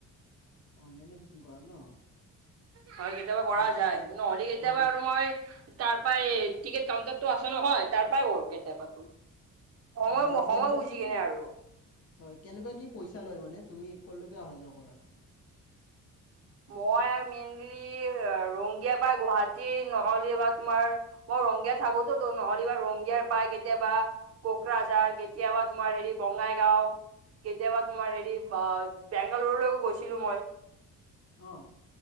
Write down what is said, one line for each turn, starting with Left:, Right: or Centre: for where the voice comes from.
Left: অনলাইনে বুকিং কৰা ন'?
Right: হয়, কেতিয়াবা কৰা
Left: অঁ
Right: যায়। নহ'লি কেতিয়াবা
Left: অঁ
Right: আৰু মই তাৰ পাই টিকেট কাউন্টাৰটো আছে নহয়, তাৰ পাই কৰোঁ কেতিয়াবাটো। সময়,
Left: অঁ মানে
Right: সময়
Left: কেনেকুৱা
Right: বুজি
Left: কি
Right: কেনে আৰু।
Left: হয় কেনেকুৱা কি পইচা লয় মানে, তুমি কলৈকে অহা যোৱা কৰা?
Right: মই মেইনলি ৰংগিয়া পৰা গুৱাহাটী নহ'লে বা তোমাৰ, মই ৰংগিয়াত থাকোতো, তো নহ'লেবা ৰংগিয়াৰ পায় কেতিয়াবা। কোকৰাঝাৰ, কেতিয়াবা তোমাৰ হেৰি বঙাইগাওঁ। কেতিয়াবা তোমাৰ হেৰি বেংগালুৰুলৈ গৈছিলো মই।
Left: অ'